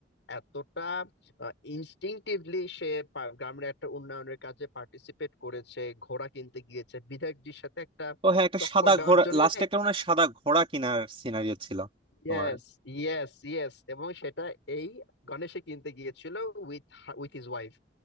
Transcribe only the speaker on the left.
এতটা ইনস্টিংটিভলি সে পা- গ্রামের একটা উন্নয়নের কাজে পার্টিসিপেট করেছে ঘোড়া কিনতে গিয়েছে বিধায়কজির সাথে একটা
টক্কর
দেওয়ার
জন্য
ইয়েস
ইয়েস ইয়েস এবং সেটা এই গণেশে কিনতে গিয়েছিল উইথ উইথ হিজ ওয়াইফ